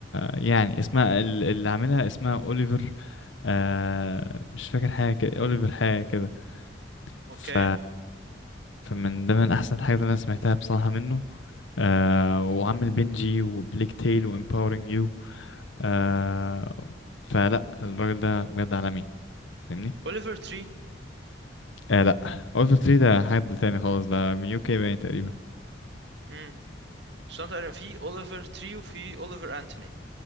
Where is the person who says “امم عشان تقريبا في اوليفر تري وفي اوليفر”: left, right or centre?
Right